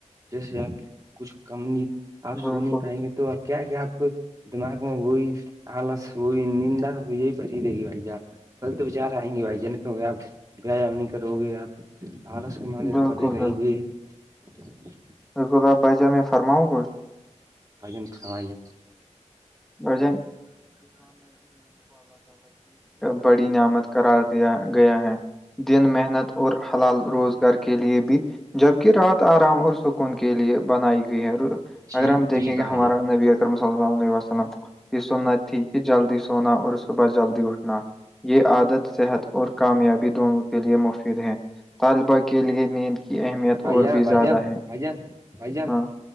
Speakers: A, on the right; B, in the centre.
A: جیسے آپ کچھ کم گی آپ سو
B: بالکل
A: نہیں پائیں گے تو آپ <unintelligible> کیا کیا آپ کو دماغ میں وہی <unintelligible> ہالس وہی نندا یہی پری دے گی بھائی ج آپ کل تو بچار آئیں گے بھائی ج کیوں آپ <unintelligible> ویایام نہیں کرو گے آپ آالس کے مارے
B: بالکل
A: پڑے رہیں گے <unintelligible>
B: کتا آ باےا میں فرماں گچھ <unintelligible>
A: پجن تھاوائی
B: کی <unintelligible> بڑی نعمت کرار دیا گیا ہے دن محنت اور حلال روزگار کے لیے بھی جبک رات آرام اور سکون کے لیے بنائی گئی ہے اگر
A: جی
B: ہم
A: جی
B: دیکھیں
A: بھائی
B: گے ہمارا
A: جان
B: نبی اکرم صلی اللہ علیہ وس یہ سننا تھی کہ جلدی سونا اور صبح جلدی اٹھنا یہ عادت صحت اور کامیابی دونوں کے لیے مفید ہے طالبہ کے لیے نیند کی اہمیت
A: بھائی
B: اور
A: جان
B: بھی
A: بھ
B: زیادہ
A: جان
B: ہے
A: بھائی جان بھ جان
B: ہاں